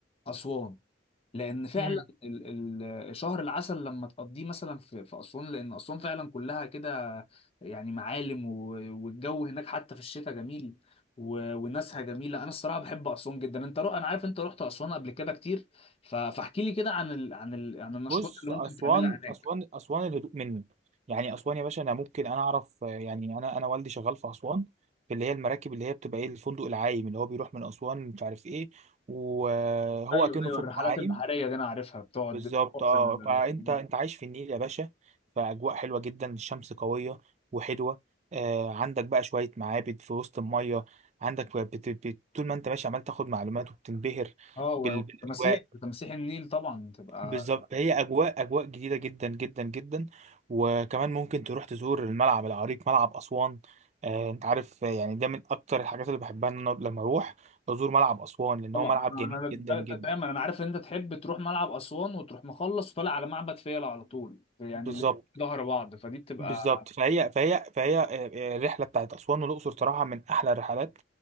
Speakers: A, on the left (about 35°); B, on the right (about 40°).
A: اسوان لان فعلا
B: امم
A: ال- ال- شهر العسل لما تقضيه مثلا في في اسوان لان اسوان فعلا كلها كده يعني معالم و- والجو هناك حتى في الشتاء جميل و- وناسها جميله انا الصراحه بحب اسوان جدا انت رو... انا عارف انت رحت اسوان قبل كده كتير ف... فاحكي لي كده عن ال... عن ال... عن النشاطات
B: بص
A: اللي
B: اسوان
A: ممكن تعملها هناك
B: اسوان اسوان الهدوء مني يعني اسوان يا باشا انا ممكن انا اعرف آه، يعني انا انا والدي شغال في اسوان في اللي هي المراكب اللي هي بتبقى ايه الفندق العايم اللي هو بيروح من اسوان مش عارف ايه وهو
A: ايوه
B: كأنه
A: ايوه
B: فندق
A: الرحلات
B: عايم
A: البحريه دي انا عارفها بتقعد
B: بالظبط اه
A: في ال-
B: فانت
A: في الميه
B: انت عايش في النيل يا باشا فاجواء حلوه جدا الشمس قويه وحلوه آه عندك بقى شويه معابد في وسط الميه عندك بت... بت... طول ما انت ماشي عمال تاخد معلومات وبتنبهر
A: اه و-
B: بال... بالاجواء
A: وتماسيح تماسيح النيل طبعا تبقى
B: بالظبط هي اجواء اجواء جديده جدا جدا جدا وكمان ممكن تروح تزور الملعب العريق ملعب اسوان آه انت عارف آه، يعني ده من اكتر الحاجات اللي بحبها ان انا لما اروح ازور ملعب اسوان لان
A: طبعا
B: هو ملعب
A: انا
B: جميل
A: أنا
B: جدا
A: دا-
B: جدا
A: دا- دايما انا عارف ان انت تحب تروح ملعب اسوان وتروح مخلص وطالع على معبد فيلة على طول يعني
B: بالظبط
A: اللي ظهر بعض فدي بتبقى
B: بالظبط فهي فهي فهي آه، آه، الرحله بتاعت اسوان والاقصر صراحه من احلى الرحلات